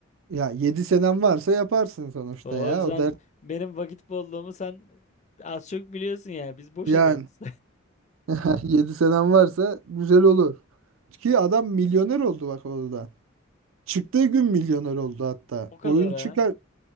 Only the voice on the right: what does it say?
Ya 7 senem varsa yaparsın sonuçta
ya.
O dert
yani
<laughs> yedi senem varsa güzel olur. Ki adam milyoner oldu bak orada. Çıktığı gün milyoner oldu hatta.
Oyun çıkar